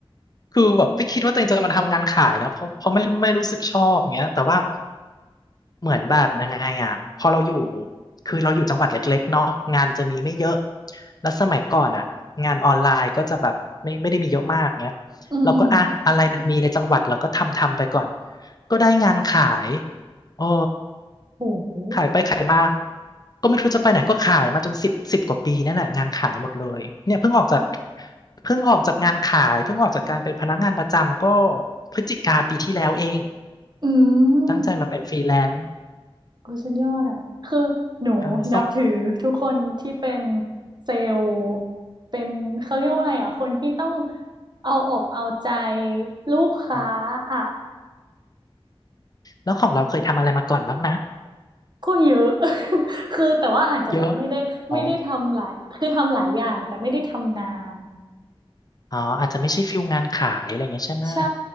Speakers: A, on the left; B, on the right.
A: คือแบบไม่คิดว่าตัวเองจะมาทำงานขายนะ เพราะเพราะไม่ไม่รู้สึกชอบอย่างเงี้ยแต่ว่าเหมือนแบบยังไงอ่ะพอเราอยู่คือเราอยู่จังหวัดเล็กๆเนาะงานจะมีไม่เยอะ แล้วสมัยก่อนอ่ะงานออนไลน์ก็จะแบบไม่ไม่ได้มีเยอะมากเงี้ย
B: อืมอืม
A: เราก็อ่ะอะไรมันมีในจังหวัดเราก็ทำทำไปก่อน ก็ได้งานขายเออ
B: โอ้โห
A: ขายไปขายมาก็ไม่รู้จะไปไหนก็ขายมาจนสิบสิบกว่าปีนั่นแหละงานขายหมดเลยเนี่ยเพิ่งออกจากเพิ่งออกจากงานขายเพิ่งออกจากการเป็นพนักงานประจำก็พฤศจิกาปีที่แล้วเอง
B: อืม
A: ตั้งใจมาเป็นฟรีแลนซ์
B: โอ้สุดยอดอ่ะคือหนูนับถือทุกคนที่เป็น
A: ใช่ส่ง
B: เซลล์เป็นเขาเรียกว่าอะไรอ่ะคนที่ต้องเอาอกเอาใจลูกค้า
A: อืม
B: อ่ะ
A: แล้วของเราเคยทำอะไรมาก่อนบ้างนะ
B: ก็เยอะ <laughs> คือแต่ว่าอาจจะแบบไม่ได้ไม่ได้ทำหลายคือทำหลายอย่างแต่ไม่ได้ทำนาน
A: เยอะอ๋ออ๋ออาจจะไม่ใช่ฟิลงานขายอะไรอย่างเงี้ยใช่ไหม
B: ใช่